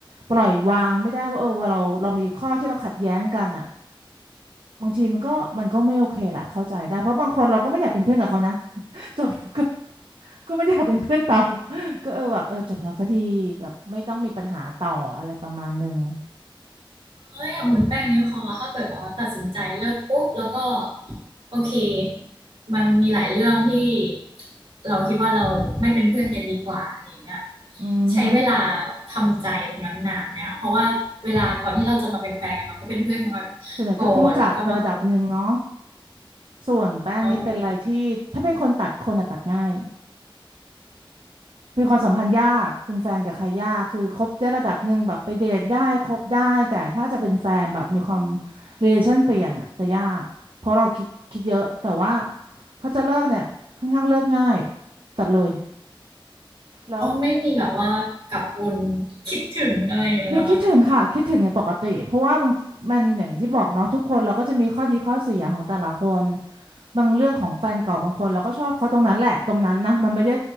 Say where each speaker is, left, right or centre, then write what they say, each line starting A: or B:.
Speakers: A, on the right (about 70°); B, on the right (about 85°).
A: ปล่อยวางไม่ได้ว่าเออเราเรามีข้อที่เราขัดแย้งกันอ่ะบางทีมันก็มันก็ไม่โอเคแหละเข้าใจได้เพราะบางคนเราก็ไม่อยากเป็นเพื่อนกับเขานะ <laughs> จบแล้วก็ก็ไม่อยากเป็นเพื่อนต่อ <laughs> ก็เออแบบเออจบแล้วก็ดีแบบไม่ต้องมีปัญหาต่ออะไรประมาณหนึ่ง
B: เอ้ยอย่างคุณแป้งนี่พอถ้าเกิดแบบว่าตัดสินใจเลิกปุ๊บแล้วก็โอเค มันมีหลายเรื่องที่เราคิดว่าเราไม่เป็นเพื่อนกันดีกว่าอย่างเงี้ย
A: อือหือ
B: ใช้เวลาทำใจตรงนั้นนานเนี่ยเพราะว่าเวลาก่อนที่เราจะมาเป็นแฟนกันเราก็เป็นเพื่อนกันมา
A: ส่วนใหญ่ก็ต้องรู้จักกระดับหนึ่งเนาะ
B: ก่อนแล้วก็มาคบ
A: ส่วนแป้งนี่เป็นอะไรที่ถ้าเป็นคนตัดคนอะตัดง่าย
B: แล้ว
A: มีความสัมพันธ์ยาก เป็นแฟนกับใครยาก คือคบได้ระดับหนึ่งแบบไปเดทได้คบได้ แต่ถ้าจะเป็นแฟนแบบมีความ relation เปลี่ยนอ่ะจะยาก เพราะเราคิดคิดเยอะ แต่ว่าพอจะเลิกเนี่ยค่อนข้างเลิกง่ายตัดเลยแล้ว
B: ก็ไม่มีแบบว่ากลับวนคิดถึงอะไรอย่างเงี้ยนะคะ
A: ไม่คิดถึงค่ะคิดถึงในปกติเพราะว่าบางมันอย่างที่บอกเนาะทุกคนเราก็จะมีข้อดีข้อเสียของแต่ละคนบางเรื่องของแฟนเก่าบางคนเราก็ชอบเขาตรงนั้นแหละตรงนั้นนะมันไม่ได้